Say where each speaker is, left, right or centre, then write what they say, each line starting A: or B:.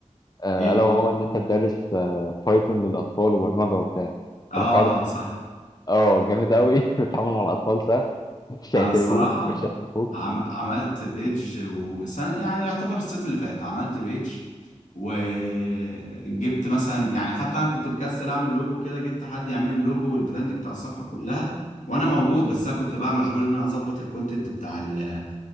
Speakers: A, on the left; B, on the left.
A: آه،
B: ايه
A: الا وهو ان انت تدرس آه، بايثون للاطفال وبرمجه وبتاع
B: اه
A: الحوار ده
B: صح
A: اه جامد قوي <laughs> والتعامل مع الاطفال سهل مش هيتعبوك
B: انا الصراحه
A: مش هيتعبوك
B: عم... عملت بيج وسنة يعني يعتبر الصيف اللي فات عملت بيج وجبت مثلا يعني حتى انا كنت مكسل اعمل لوجو كده جبت حد يعمل لي اللوجو والبراند بتاع الصفحه كلها وانا موجود بس انا كنت بقى مشغول ان انا اظبط الكونتنت بتاع ال-